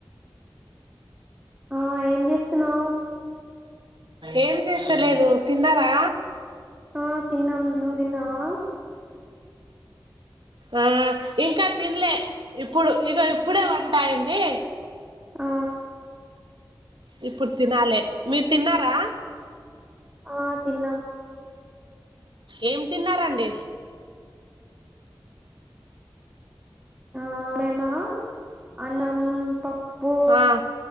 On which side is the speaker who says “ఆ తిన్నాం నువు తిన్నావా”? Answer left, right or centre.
Right